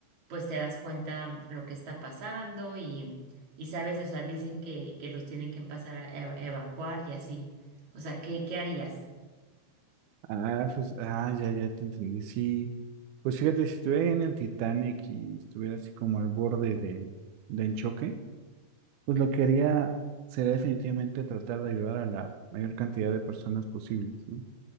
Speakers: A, on the right (about 50°); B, on the right (about 80°).
A: pues te das cuenta lo que está pasando y, y sabes, o sea, dicen que, que los tienen que pasar a eva- evacuar y así. O sea, ¿qué, qué harías?
B: Ah, pues, ah, ya, ya te entendí. Sí, pues fíjate, si estuviera ahí en el Titanic y estuviera así como al borde de, del choque. Pues lo que haría sería definitivamente tratar de ayudar a la mayor cantidad de personas posibles, ¿no? O